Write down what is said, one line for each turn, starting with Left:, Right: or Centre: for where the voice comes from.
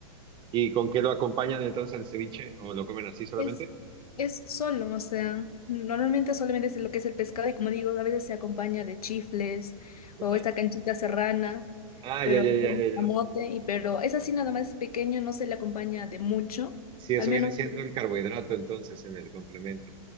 Right: ¿Y con qué lo acompañan entonces el ceviche? ¿O lo comen así solamente?
Left: Es, es solo, o sea, normalmente solamente es lo que es el pescado y como digo, a veces se acompaña de chifles
Right: Ajá.
Left: o esta canchita serrana,
Right: Ah,
Left: pero
Right: ya, ya, ya,
Left: con
Right: ya, ya.
Left: camote, y pero es así nada más pequeño, no se le acompaña de mucho,
Right: Sí, eso
Left: al menos.
Right: viene siendo el carbohidrato entonces en el complemento.